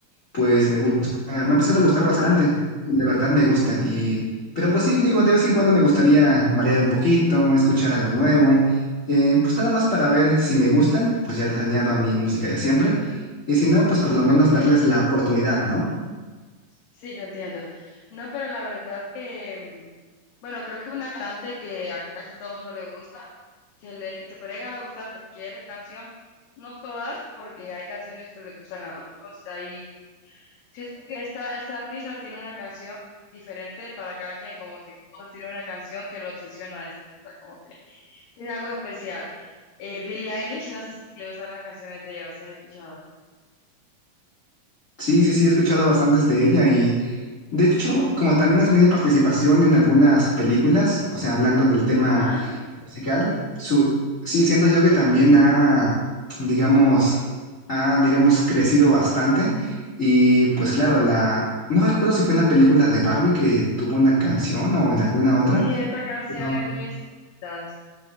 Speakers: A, on the left; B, on the left.
A: pues me gusta, me ha empezado a gustar
B: ajá.
A: bastante, de verdad me gusta. Y, pero pues sí, digo, de vez en cuando me gustaría variar un poquito, escuchar algo nuevo, eh, pues nada más para ver si me gustan, pues ya las añado a mi música de siempre. Y si no, pues por lo menos
B: Ok.
A: darles la oportunidad, ¿no?
B: Sí, te entiendo. No, pero la verdad que Bueno, creo que una cantante que a casi todo el mundo le gusta, que, le, que te puede llegar a gustar cualquier canción, no todas, porque hay canciones que le gustan a otros. Ahí siento que esta, esta artista tiene una canción diferente para cada quien, como que todo tiene una canción que lo obsesiona a esta artista, como que tiene algo especial. Eh, Billie Eilish, no sé si te gustan las canciones de ella, si has escuchado.
A: Sí, sí, sí, he escuchado bastantes de ella y de hecho, como también ha tenido participación en algunas películas, o sea, hablando del tema
B: Ajá.
A: musical, su, sí, siento yo que también ha, digamos, ha, digamos, crecido bastante. Y pues claro, la, no recuerdo si fue en la película de Barbie que tuvo una canción o en alguna otra,
B: Y esta canción
A: pero
B: es de mis favoritas,